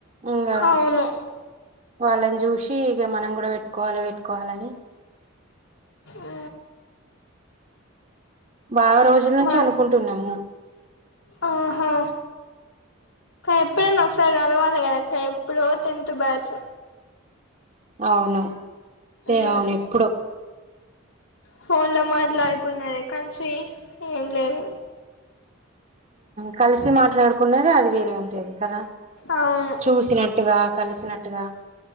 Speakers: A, on the right; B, on the left.
A: ఇంగా
B: అవును
A: వాళ్ళని చూసి ఇగ మనం కూడా పెట్టుకోవాలె పెట్టుకోవాలె అని
B: ఊ
A: బాగా రోజుల నుంచి
B: మాది
A: అనుకుంటున్నాము
B: ఆహా ఎప్పుడన్నా ఒకసారి గలవాలె కదక్కా ఎప్పుడో టెన్త్బ్యాచ్చు
A: అవును ఎ
B: ఉమ్
A: అవును ఎప్పుడు
B: ఫోన్ లో మాట్లాడుకున్నది కలిసి ఏం లేదు
A: కలిసి మాట్లాడుకున్నది అది వేరే ఉంటేది కదా
B: అవును
A: చూసినట్టుగా కలిసినట్టుగా